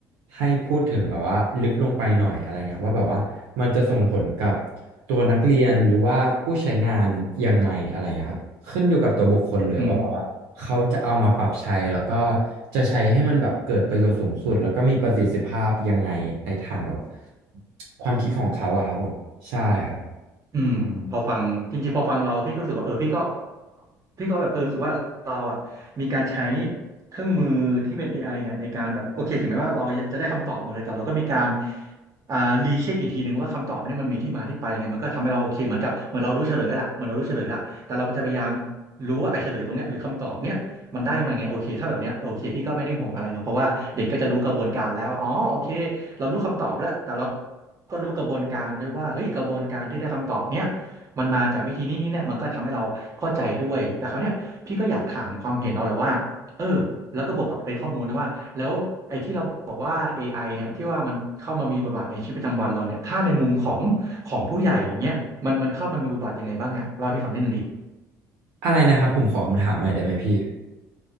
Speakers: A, on the right; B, on the right.
A: ให้พูดถึงแบบว่าลึกลงไปหน่อยอะไรเงี้ยว่าแบบว่ามันจะส่งผลกับ ตัวนักเรียนหรือว่าผู้ใช้งานยังไงอะไรเงี้ยครับขึ้นอยู่กับตัวบุคคลเลยว่าแบบว่าเขาจะเอามาปรับใช้แล้วก็
B: อืม
A: จะใช้ให้มันแบบเกิดประโยชน์สูงสุดแล้วก็มีประสิทธิภาพยังไงในทางแบบว่าความคิดของเขาอะครับผมใช่ครับ
B: อืมพอฟังจริงๆพอฟังเราพี่ก็รู้สึกว่าเออพี่ก็พี่ก็แบบเออรู้สึกว่าเราอ่ะมีการใช้เครื่องมือที่เป็น AI เนี่ยในการแบบโอเคถึงแม้ว่าเราจะได้คำตอบมาเลยแต่เราก็มีการอ่ารีเช็คอีกทีหนึ่งว่าคำตอบเนี่ยมันมีที่มาที่ไปไงมันก็ทำให้เราโอเคเหมือนกับเหมือนเรารู้เฉลยแล้วล่ะเหมือนเรารู้เฉลยละแต่เราจะพยายามรู้ว่าไอ้เฉลยตรงเนี้ยหรือคำตอบเนี้ย มันได้มาไงโอเคถ้าแบบเนี้ยโอเคพี่ก็ไม่ได้ห่วงอะไรเนาะเพราะว่าเด็กก็จะรู้กระบวนการแล้วอ๋อโอเคเรารู้คำตอบแล้วแต่เราก็รู้กระบวนการด้วยว่าเฮ้ยกระบวนการที่ได้คำตอบเนี้ยมันมาจากวิธีนี้นี่เนี่ยมันก็ทำให้เราเข้าใจด้วยแต่คราวเนี้ยพี่ก็อยากถามความเห็นเราแหละว่าเออแล้วก็บวกกับเป็นข้อมูลนะว่าแล้วไอ้ที่เราบอกว่า AI เนี่ยที่ว่ามันเข้ามามีบทบาทในชีวิตประจำวันเราเนี่ยถ้าในมุมของของผู้ใหญ่เนี้ยมันมันเข้ามามีบทบาทยังไงบ้างอะเล่าให้พี่ฟังนิดนึงดิ
A: อะไรนะครับผมขอคำถามใหม่ได้ไหมพี่